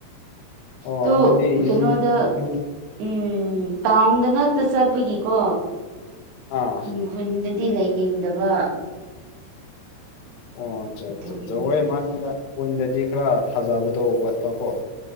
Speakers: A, on the left; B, on the right.
A: ꯑꯣ
B: ꯇꯣ
A: ꯑꯗꯨꯗꯤ ꯌꯨꯝ
B: ꯀꯩꯅꯣꯗ
A: ꯌꯨꯝ
B: ꯎꯝ ꯇꯥꯎꯗ ꯉꯛꯇ ꯆꯠꯄꯒꯤꯀꯣ
A: ꯑ
B: ꯈꯨꯟ ꯈꯨꯟꯗꯗꯤ ꯂꯩꯅꯤꯡꯗꯕ
A: ꯑꯣ ꯑꯆꯥ
B: ꯑꯗꯨꯒꯤꯅꯤ
A: ꯑ ꯋꯥ ꯃꯥꯅꯤꯗ ꯀꯣꯟꯗꯗꯤ ꯈꯔ ꯊꯥꯖꯕꯗꯣ ꯋꯥꯠꯄꯀꯣ